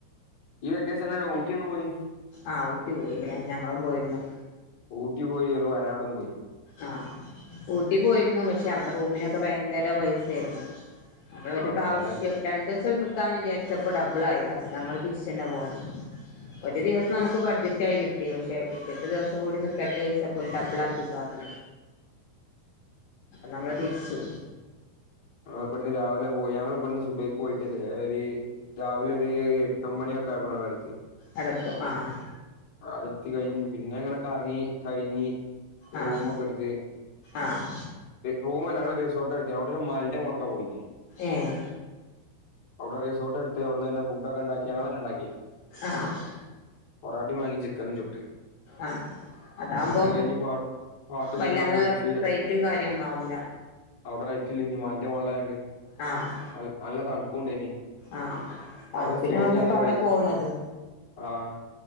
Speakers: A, on the left; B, on the left.
A: ഈ വെക്കേഷന് ഊട്ടിയൊന്ന് പോയി
B: ആഹ് ഊട്ടി പോയില്ലേ ഞങ്ങളും പോയിരുന്നു
A: ഊട്ടി പോയി ഒരു വയനാടും പോയി
B: ആഹ ഊട്ടി പോയിരുന്നു പക്ഷെ അവിടെ റൂമിനൊക്കെ ഭയങ്കര പൈസ ആയിരുന്നു നമ്മള് ഒരു
A: ആഹ്
B: പ്രാവശ്യം
A: ഞാൻ
B: രണ്ട് ക്കാന്ന് വിചാരിച്ചപ്പോ ഡബിള ആയി അപ്പൊ ഞങ്ങളതിരിച്ച് തന്നെ പോന്നു ഒരു ദിവസം നമുക്ക് ബഡ്ജറ്റ ആയി കിട്ടി പക്ഷെ പിറ്റത്തെ ദിവസം കൂടി നിക്കട്ട് പ ഡബിൾ ആക്കി അപ്പ നമ്മളെ തിരിച്ചു
A: ആഹ് ഇവിടുന്ന് രാവിലെ പോയി ഞങ്ങലിവിടന്ന് സുബൈയ്ക്ക് പോയിട്ട് ഒരു രാവിലെ ഒരു എ ട്ടൊമ്പണിയൊക്കെ ആയപോലാന്ന് ആടെത്തിയെ
B: അടത്തും ആഹ്
A: ആട എത്തി കഴിഞ്ഞ് പിന്നെ ഇങ്ങനെ കറങ്ങി കഴിഞ്ഞ് റൂമൊക്കെ
B: ആഹ്
A: എടുത്ത്
B: ആഹ്
A: റൂമ ഞങ്ങള് റിസോർട്ട് <unintelligible> അവിടെ ഒരു മലെന്റെ മോൾക്കാ പോയിന്
B: ഏഹ്
A: അവിടെ റിസോർട്ട് എടുത്ത് അവിടുന്ന് തന്നെ ഫുഡ് ഒക്കെ ഉണ്ടാക്കി ഞങ്ങളന്നെ ഇണ്ടാക്കി
B: ആഹ്
A: പൊറാ ചിക്കനും ചു
B: ആഹ് അതാവുമ്പം
A: കഴിഞ്ഞ് പാ പാട്ടും
B: വല്ലാതെ
A: കാര്യങ്ങളൊക്കെ വെച്ച്
B: റേറ്റും കാര്യം ഒന്നും ആവൂല
A: അവിടെ റയിറ്റും ഇല്ല മലന്റെ മുകളിലായോണ്ട്
B: ആഹ്
A: നൽ നല്ല തണുപ്പുംഇണ്ടായിന്
B: ആഹ് തണുപ്പിനാണല്ലോ
A: അവിടെ സ്റ്റേ ചെയ്തട്ട്
B: ഇപ്പ അവിടെ പോണത്
A: ആഹ്